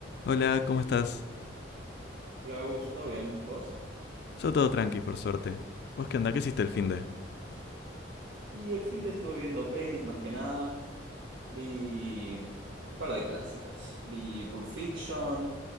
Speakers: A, on the left; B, on the right.
A: Hola, ¿cómo estás?
B: Hola, Gus, ¿todo bien? ¿Vos?
A: Yo todo tranqui, por suerte. ¿Vos qué onda? ¿Qué hiciste el finde?
B: Y el fin de estuve viendo pelis más que nada. Vi un par de clásicas. Vi Pulp Fiction,